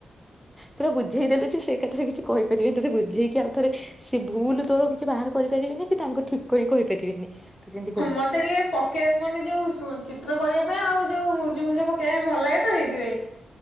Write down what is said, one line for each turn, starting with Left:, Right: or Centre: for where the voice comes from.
Centre: ପୁରା ବୁଝେଇଦେଲୁଯେ ସେ କଥାରେ କିଛି କହିପାରିବନି ତତେ ବୁଝେଇକି ଆଉ ଥରେ ସେ ଭୁଲ ତୋର କିଛି ବାହାର କରିପାରିବେନି କି ତାଙ୍କୁ ଠିକ୍ କରିିକ କହିପାରିବେନି। ତୁ ଯେମିତି କହୁଛୁ।
Left: ମତେ ଟିକେ ପକେଇ ମାନେ ଯୋଉ ଶୁ ଚିତ୍ର କରିବା ପାଇଁ ଆଉ ଯୋଉ ମୁର୍ଜି ଫୁଜ ପକେଇବା ପାଇଁ ଭଲ ଲାଗେ ତ ସେଇଥିପାଇଁ।